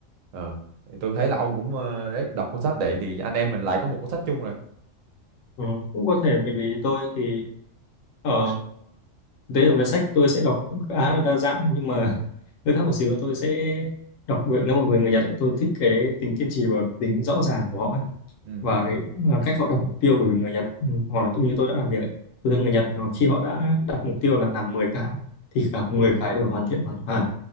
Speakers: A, on the right (about 80°); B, on the left (about 75°).
A: ờ thì tôi thấy là ông cũng ờ, đấy đọc cuốn sách đấy thì anh em mình lại có một cuốn sách chung rồi
B: Ừ, cũng có thể bởi vì tôi thì ở thế về sách tôi sẽ đọc cũng khá là đa dạng nhưng mà hơi khác một xíu là tôi sẽ đọc về- nếu mà về người Nhật ấy, tôi thích cái tính kiên trì và tính rõ ràng của họ
A: ừ
B: ấy,
A: ừ
B: và cái à, cách họ đặt mục tiêu bởi vì người Nhật ừ, hoặc là tự như tôi đã làm việc ấy, tôi thấy người
A: ừ
B: Nhật mà khi họ đã đặt mục tiêu là làm 10 cái thì cả 10 cái đều hoàn thiện hoàn toàn